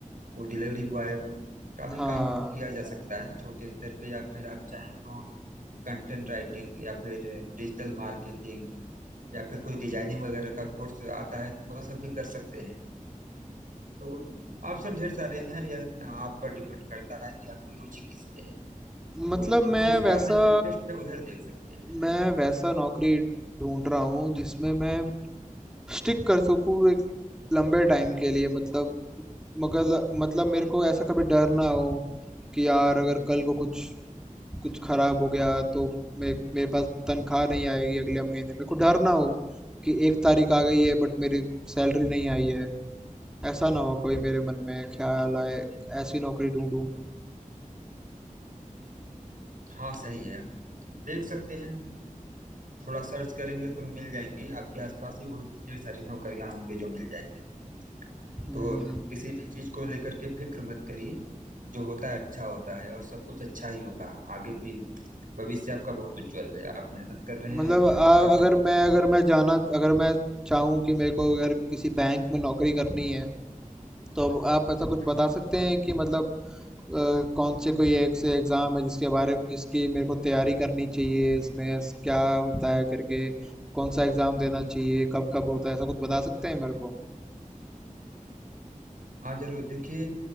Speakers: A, on the right; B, in the centre.
A: वो डिलीवरी बॉय का भी
B: हाँ
A: काम किया जा सकता है छोटे स्तर पे या फिर आप चाहें तो कंटेंट राइटिंग या फिर डिजिटल मार्केटिंग या फिर कोई डिजाइनिंग वगैरह का कोर्स आता है तो वह सब भी कर सकते हैं तो ऑप्शन ढेर सारे हैं यह आप पर डिपेंड करता है कि आपकी रुचि किस में है तो
B: मतलब मैं
A: जिस
B: वैसा
A: काम में इंटरेस्ट है उधर देख सकते हैं
B: मैं वैसा नौकरी ढूंढ रहा हूँ जिसमें मैं स्टिक कर सकूँ एक लंबे टाइम के लिए मतलब मगर मतलब मेरे को ऐसा कभी डर ना हो कि यार अगर
A: हम्म।
B: कल को कुछ कुछ खराब हो गया तो मे मेरे पास तनख्वाह नहीं आएगी अगले महीने मेरे को डर ना हो कि एक तारीख आ गई है बट मेरी सैलरी नहीं आई है ऐसा ना हो कभी मेरे मन में ख्याल आए ऐसी नौकरी ढूंढूं
A: हाँ सही है देख सकते हैं थोड़ा सर्च करेंगे तो मिल जाएंगी आपके आसपास ही वो ढेर सारी नौकरियां होंगी जो मिल जाएंगी
B: हम्म,
A: तो किसी भी चीज को लेकर के फिक्र मत करिए जो होता है अच्छा होता है और सब कुछ अच्छा ही होगा आगे भी भविष्य आपका बहुत उज्जवल है आप मेहनत कर रहे हैं
B: मतलब
A: और
B: आ,
A: मेहनत का
B: अगर
A: फल
B: मैं अगर मैं जाना अगर मैं चाहूँ कि मेरे को अगर किसी बैंक में नौकरी करनी है तो अब आप ऐसा कुछ
A: हम्म,
B: बता सकते हैं कि मतलब अ, कौन से कोई एक से एग्ज़ाम है जिसके बारे में जिसकी मेरे को तैयारी करनी चाहिए इसमें स- क्या होता है करके कौन सा एग्ज़ाम देना चाहिए कब कब होता है ऐसा कुछ बता सकते हैं मेरे को
A: हाँ जरूर देखिए